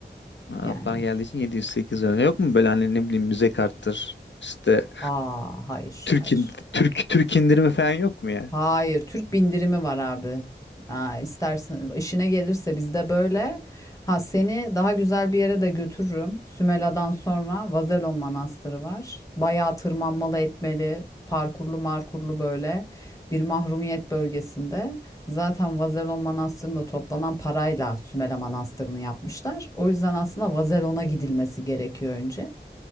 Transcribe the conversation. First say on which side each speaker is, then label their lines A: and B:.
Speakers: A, on the left; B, on the left.
A: Araplar
B: yani.
A: geldiği için 700-800 lira. Yok mu böyle hani ne bileyim müze karttır işte
B: A, hayır,
A: Türk,
B: hayır.
A: in- Türk, Türk indirimi falan yok mu yani?
B: Hayır, Türk bindirimi var abi. Aa, istersen işine gelirse bizde böyle. Ha seni daha güzel bir yere de götürürüm. Sümela'dan sonra Vazelon Manastırı var. Bayağı tırmanmalı etmeli, parkurlu markurlu böyle bir mahrumiyet bölgesinde. Zaten Vazelon Manastırı'nda toplanan parayla Sümela Manastırı'nı yapmışlar. O yüzden aslında Vazelon'a gidilmesi gerekiyor önce.